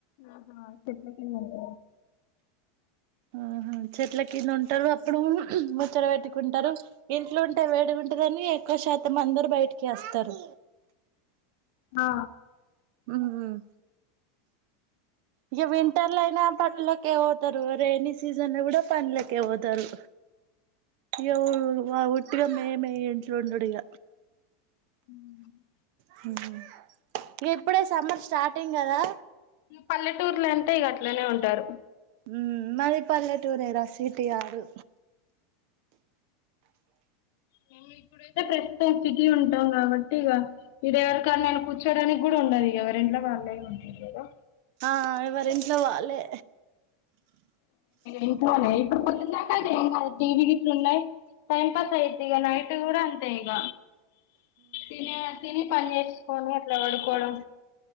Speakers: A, on the left (about 55°); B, on the right (about 55°).
A: ఆహా చెట్ల కింద <inaudible>
B: ఆహా చెట్ల కింద ఉంటారు అప్పుడు ముచ్చట పెట్టుకుంటరు ఇంట్లుంటే వేడి ఉంటదని ఎక్కువ శాతం అందరు బయటికే అస్తరు.
A: ఆ
B: మ్ ఇగ వింటర్లయినా పనులకే పోతారు. రైనీ సీజన్ల గూడా పనులకే పోతరు ఇగ ఒట్టిగా మేమే ఇంట్ల ఉండుడిగ
A: ఉ
B: హ్ ఎప్పుడే సమ్మర్ స్టార్టింగ్ కదా
A: పల్లెటూర్లంటే ఇగ అట్లనే ఉంటారు.
B: మ్ మాది పల్లెటూరేరా సిటీ కాదు.
A: మేము ఇప్పుడైతే ప్రస్తుతం సిటీ ఉంటాం కాబట్టి ఇగ ఈడ ఎవరికాడనైనా కూర్చోడానికి గుడా ఉండది ఎవర్ ఇంట్ల వాళ్ళే ఉంటరు కదా
B: ఆ ఎవర్ ఇంట్లో వాళ్ళే
A: ఇంట్లోనే ఇప్పుడు పొద్దుందాకా <unintelligible> టీవీ గిట్లున్నయి టైం పాస్ అయ్యిద్ది ఇగ నైట్ కూడా తే ఇగ తినే తిని పన్ చేస్ పోని ఎట్లా పడుకోవడం